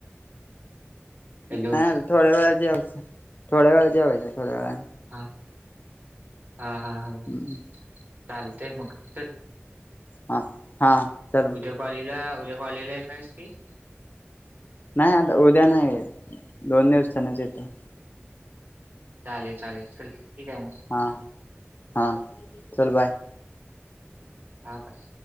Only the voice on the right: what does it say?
हॅलो
हां हां हां
हं चालतेय मगं-
उद्यां कॉलेजलां उद्यां कॉलेजलां येणांरस कांहीं-
चालेल चालेल चलं ठीक आहे मं-
हां कां-